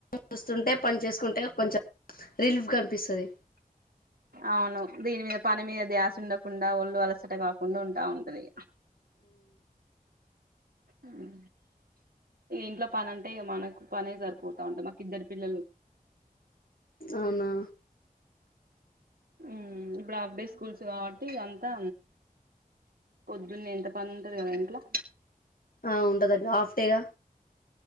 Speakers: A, on the left; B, on the right.
A: చూస్తుంటే పని చేసుకుంటే కొంచెం రిలీఫ్ గన్పిస్తది
B: అవును దీని మీద పని మీద ధ్యాసుండకుండా ఒళ్ళు అలసట కాకుండా ఉంటాం అదీ ఉహు ఈ ఇంట్లో పని అంటే ఇగ మనకు పనే సరిపోతాంట మాకు ఇద్దరు పిల్లలు
A: అవునా
B: మ్ ఇప్పుడు హాఫ్డే స్కూల్స్ కావట్టీ ఇగ అంతా పొద్దున్నే ఎంత పని ఉంటది కదా ఇంట్ల
A: ఆ ఉంటదక్క హాఫ్ డే గ